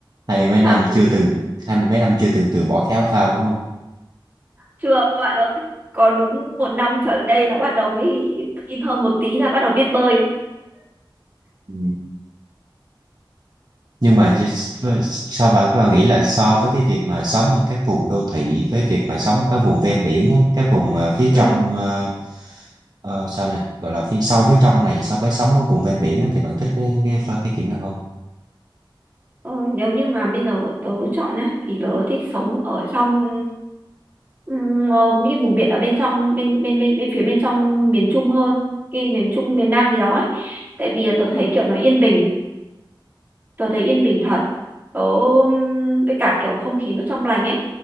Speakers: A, on the right; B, on the right.
A: hai mươi mấy
B: hả
A: năm chưa từng hai mươi mấy năm chưa từng từ bỏ cái áo phao đúng không
B: chưa bạn ơi có đúng một năm trở lại đây là bắt đầu mới tin hơn một tí là bắt đầu biết bơi
A: ừ. nhưng mà just- với- so bạn bạn nghĩ là so với cái việc mà sống ở các vùng đô thị với việc mà sống ở các vùng ven biển á, các vùng ờ, phía
B: ừ
A: trong ờ, ờ, sao nè gọi là phía sâu phía trong này so với sống ở vùng ven biển á, thì bạn thích cái cái cái kiểu nào hơn
B: ờ, nếu như mà bây giờ tớ chọn á thì tớ thích sống ở trong ừm, ờ, những cái vùng biển ở bên trong bên bên bên, bên phía bên trong miền Trung hơn cái miền Trung miền Nam gì đó ấy. tại vì là tớ thấy kiểu nó yên bình tớ thấy Yên Bình thật tớ ừm, với cả kiểu không khí nó trong lành ấy